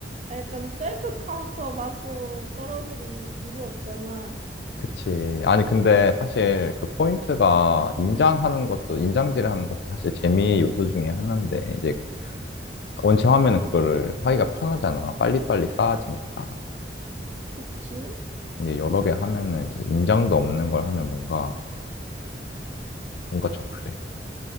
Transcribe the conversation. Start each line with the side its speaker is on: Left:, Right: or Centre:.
Right: 약간 셀프 카운터 맞고 떨어질 일이, 일이 없잖아.
Left: 그치. 아니, 근데 사실 그 포인트가 인장하는 것도, 인장질을 하는 것도 사실 재미의 요소 중에 하나인데, 이제 원체 하면은
Right: 음,
Left: 그거를 하기가 편하잖아. 빨리빨리 쌓아지니까.
Right: 그치?
Left: 근데 여러 개 하면은 이제 인장도 없는 걸 하면 뭔가, 뭔가 좀 그래.